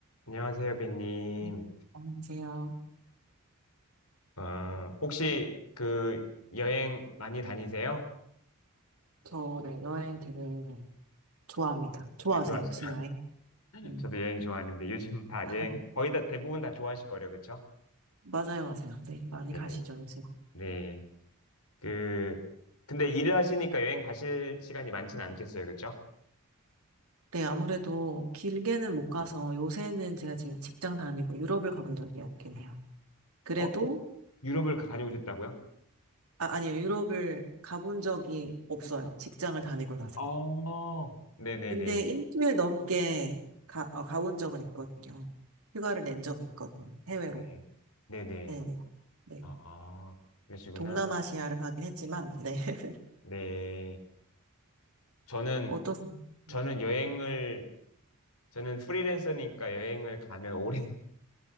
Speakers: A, on the left (about 80°); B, on the right (about 80°).
A: 안녕하세요, 비님.
B: 네. 안녕하세요.
A: 어, 혹시 그 여행 많이 다니세요?
B: 저 네, 여행 되게 좋아합니다. 좋아하세요,
A: 네, 좋아하시죠?
B: 혹시 여행?
A: <laughs>
B: 음.
A: 저도 여행 좋아하는데 요즘 다
B: <laughs>
A: 여행 거의 다 대부분 다 좋아하실 거예요, 그렇죠?
B: 맞아요, 맞아요. 네, 많이
A: 네,
B: 가시죠, 요새.
A: 네. 그 근데 일을 하시니까 여행 가실 시간이 많지는 않겠어요, 그렇죠?
B: 네, 아무래도 길게는 못 가서 요새는 제가 지금 직장 다니고 유럽을 가본 적이 없긴 해요. 그래도,
A: 어, 유- 유럽을 다녀오셨다고요?
B: 아, 아니요, 유럽을 가본 적이 없어요. 직장을 다니고 나서.
A: 어, 네네네.
B: 근데 일주일 넘게 가, 어, 가본 적은 있거든요. 휴가를 낸 적은 있거든요. 해외로.
A: 네, 네네.
B: 네네. 네. 네.
A: 아, 그러시구나.
B: 동남아시아를 가긴 했지만, 네. <laughs>
A: 네. 저는,
B: 어떠세요?
A: 저는
B: 음,
A: 여행을 저는 프리랜서니까 여행을 가면 오래,